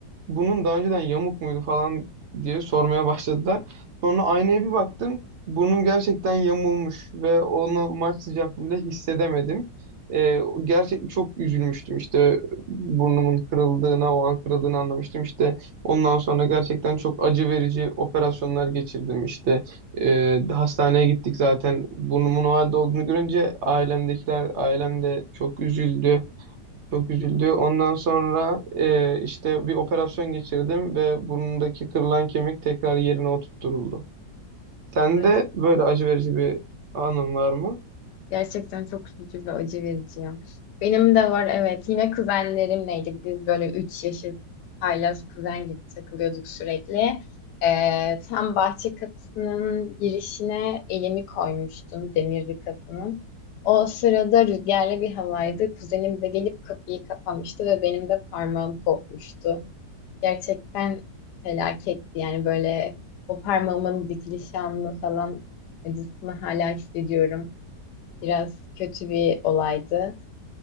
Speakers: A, on the right; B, on the left.
A: bunun daha önceden yamuk muydu falan diye sormaya başladılar. Sonra aynaya bir baktım. Burnum gerçekten yamulmuş ve onu maç sıcaklığında hissedemedim. Ee, gerçek çok üzülmüştüm işte burnumun kırıldığına o an kırıldığını anlamıştım İşte ondan sonra gerçekten çok acı verici operasyonlar geçirdim işte Ee, hastaneye gittik zaten burnumun o halde olduğunu görünce ailemdekiler ailem de çok üzüldü çok üzüldü. Ondan sonra e, işte bir operasyon geçirdim ve burnundaki kırılan kemik tekrar yerine oturtturuldu. Sende
B: Gerçekten,
A: böyle acı verici bir anın var mı?
B: gerçekten çok üzücü ve acı verici ya. Benim de var evet. Yine kuzenlerimleydik. Biz böyle 3 yaşlı haylaz kuzen gibi takılıyorduk sürekli. Ee, tam bahçe kapısının girişine elimi koymuştum demir bir kapının. O sırada rüzgarlı bir havaydı. Kuzenim de gelip kapıyı kapamıştı ve benim de parmağım kopmuştu. gerçekten felaketti. Yani böyle o parmağımın dikiliş anını falan acısını hala hissediyorum. Biraz kötü bir olaydı.